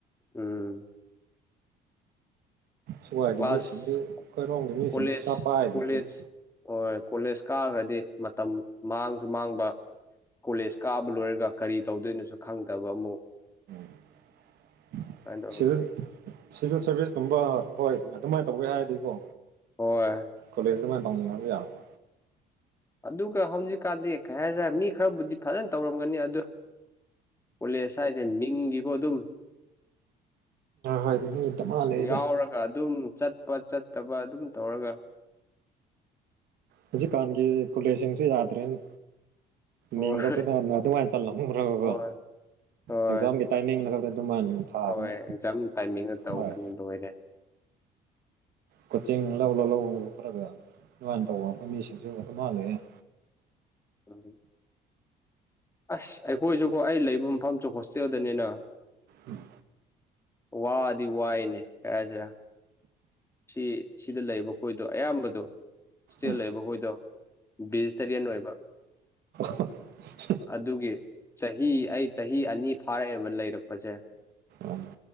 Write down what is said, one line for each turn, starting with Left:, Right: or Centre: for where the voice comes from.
Left: ꯎꯝ
Right: ꯁꯋꯥꯏꯒꯤ
Left: ꯀ꯭ꯂꯥꯁ
Right: ꯃꯤꯁꯤꯡꯗꯤ ꯑꯩꯈꯣꯏꯔꯣꯝꯒꯤ ꯃꯤꯁꯤꯡꯗꯤ
Left: ꯀꯣꯂꯦꯖ
Right: ꯄꯩꯁꯥ
Left: ꯀ
Right: ꯄꯥꯏꯗꯕꯒꯤꯔ
Left: ꯀꯣꯂꯦꯖ ꯍ ꯀꯣꯂꯦꯖ ꯀꯥꯈ꯭ꯔꯗꯤ ꯃꯇꯝ ꯃꯥꯡꯁꯨ ꯃꯥꯡꯕ ꯀꯣꯂꯦꯖ ꯀꯥꯕ ꯂꯣꯏꯔꯒ ꯀꯔꯤ ꯇꯧꯗꯣꯏꯅꯣꯁꯨ ꯈꯪꯗꯕ ꯑꯃꯨꯛ
Right: <inaudible>
Left: ꯁꯨꯃꯥꯏꯅ ꯇꯧꯔꯒ
Right: ꯁꯤꯚꯤꯜ ꯁꯤꯚꯤꯜ ꯁꯥꯔꯚꯤꯁꯀꯨꯝꯕ ꯍꯣꯏ ꯑꯗꯨꯃꯥꯏꯅ ꯇꯧꯒꯦ ꯍꯥꯏꯔꯗꯤꯀꯣ
Left: ꯍꯣꯏ
Right: ꯀꯣꯂꯦꯖ ꯃ ꯇꯎꯒ ꯌꯥꯒ
Left: ꯑꯗꯨꯒ ꯍꯧꯖꯤꯛꯀꯥꯟꯗꯤ ꯀꯩ ꯍꯥꯏꯇꯥꯔꯦ ꯃꯤ ꯈꯔꯕꯨꯗꯤ ꯐꯖꯅ ꯇꯧꯔꯝꯒꯅꯤ ꯑꯗꯨ ꯄꯨꯂꯦꯁꯥꯏꯁꯦ ꯃꯤꯡꯒꯤꯀꯣ ꯑꯗꯨꯝ
Right: ꯍꯣꯏ ꯃꯤ ꯗꯃꯥ ꯂꯩꯗ
Left: ꯌꯥꯎꯔꯒ ꯑꯗꯨꯝ ꯆꯠꯄ ꯆꯠꯇꯕ ꯑꯗꯨꯝ ꯇꯧꯔꯒ
Right: ꯍꯧꯖꯤꯛꯀꯥꯟꯒꯤ ꯀꯨꯂꯦꯁꯤꯡꯁꯨ ꯌꯥꯗ꯭ꯔꯦꯅꯦ
Left: ꯍꯣꯏ
Right: ꯃꯤꯡꯒꯣ ꯀꯩꯗ ꯑꯗꯨꯃꯥꯏꯅ ꯆꯜꯂꯝꯈ꯭ꯔꯒꯒꯣ
Left: ꯍꯣꯏ ꯍꯣꯏ
Right: ꯑꯦꯛꯖꯥꯝꯒꯤ ꯇꯥꯏꯃꯤꯡꯅ ꯈꯛꯇ ꯑꯗꯨꯃꯟ ꯊꯥꯕ
Left: ꯍꯣꯏ ꯑꯦꯛꯖꯥꯝ ꯇꯥꯏꯃꯤꯡꯗ ꯇꯧꯈ꯭ꯔꯅꯤ
Right: ꯍꯣꯏ
Left: ꯂꯣꯏꯔꯦ
Right: ꯀꯣꯆꯤꯡ ꯂꯧ ꯂꯧ ꯂꯧ ꯈꯔ ꯑꯗꯨꯃꯥꯏꯅ ꯇꯧꯕ ꯃꯤꯁꯤꯡꯁꯨ ꯑꯗꯨꯝ ꯃꯥꯜꯂꯑꯦ ꯎ
Left: ꯎ ꯑꯁ ꯑꯩꯈꯣꯏꯁꯨꯀꯣ ꯑꯩ ꯂꯩꯕ ꯃꯐꯝꯁꯨ ꯍꯣꯁꯇꯦꯜꯗꯅꯤꯅ
Right: ꯎꯝ
Left: ꯋꯥꯗꯤ ꯋꯥꯏꯅꯦ ꯀꯥꯏꯁꯤꯔ ꯁꯤ ꯁꯤꯗ ꯂꯩꯕ ꯈꯣꯏꯗꯣ ꯑꯌꯥꯝꯕꯗꯣ ꯍꯣꯁꯇꯦꯜ
Right: ꯎꯝ
Left: ꯂꯩꯕꯈꯣꯏꯗꯣ ꯚꯦꯖꯤꯇꯔꯤꯌꯟ ꯑꯣꯏꯕ
Right: <inaudible>
Left: ꯑꯗꯨꯒꯤ ꯆꯍꯤ ꯑꯩ ꯆꯍꯤ ꯑꯅꯤ ꯐꯥꯔꯛꯑꯦꯕ ꯂꯩꯔꯛꯄꯁꯦ
Right: ꯎꯝ